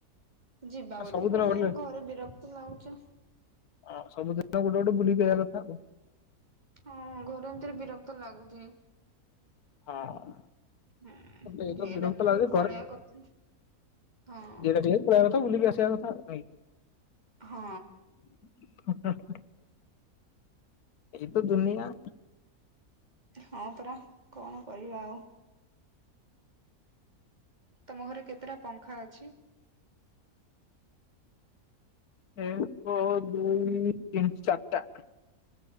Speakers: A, on the right (about 30°); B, on the left (about 85°).
A: ଯିବା ବୋଲି
B: ସବୁଦିନ
A: କହିଲେ
B: ଗୋଟେ
A: ଘରେ ବିରକ୍ତି ଲାଗୁଛ।
B: <unintelligible> ଗୋଟେ ଗୋଟେ ବୁଲିବା କଥା ଆଉ।
A: ହଁ ଘରେ ଏମିତିରେ ବିରକ୍ତ ଲାଗୁଛି।
B: ଆଉ
A: ହଁ
B: ଏଇ
A: ଯିଏ
B: ତ ବିରକ୍ତ
A: ଡାକିଲେ
B: ଲାଗୁଛି
A: ପଳେଇବା କଥା ହଁ।
B: ଇଆଡ଼େ ଟିକେ ପଳେଇବା କଥା ବୁଲିକି ଆସିବା କଥା। <unintelligible>
A: ହଁ।
B: <unintelligible> ଏଇ ତ ଦୁନିଆ
A: ହଁ ପରା କଣ କରିବା ଆଉ। ତମ ଘରେ କେତେଟା ପଙ୍ଖା ଅଛି?
B: ଏକ, ଦୁଇ, ତିନି, ଚାରଟା।